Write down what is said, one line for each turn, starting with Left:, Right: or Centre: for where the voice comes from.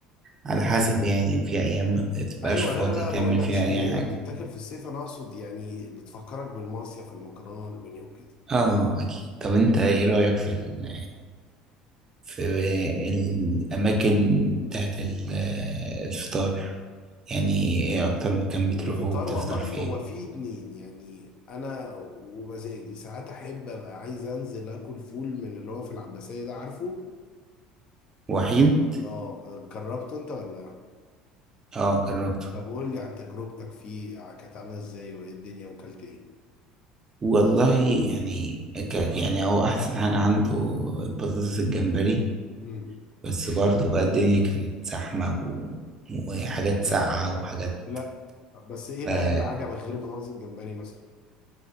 Right: على حسب يعني في أيام ما بتبقاش
Left: ايوه
Right: فاضي
Left: لا لا
Right: تعمل
Left: بقولكش
Right: فيها
Left: ان
Right: أي
Left: هي
Right: حاجة
Left: بتتاكل في الصيف انا اقصد يعني بتفكرك بالمصيف المكرونه والبانيه وكده
Right: اه أكيد طب انت ايه رأيك في ال في الأماكن بتاعت ال- الفطار يعني إيه أكتر مكان بتروحه
Left: الفطار
Right: وبتفطر
Left: والله
Right: فيه
Left: هو فيه اتنين يعني انا ومزاجي ساعات احب ابقى عايز انزل اكل فول من اللي هو في العباسيه ده عارفه
Right: وحيد؟
Left: اه جربته انت ولا
Right: آه جربته
Left: طب قول لي عن تجربتك فيه كانت عامله ازاي وايه الدنيا وكلت ايه
Right: والله يعني كان يعني هو أحسن حاجة عنده البطاطس الجمبري
Left: امم
Right: بس برضه بقى الدنيا كانت زحمة و... وحاجات ساقعة وحاجات
Left: لا بس ايه
Right: آه
Left: بقى اللي عجبك غير بطاطس الجمبري مثلا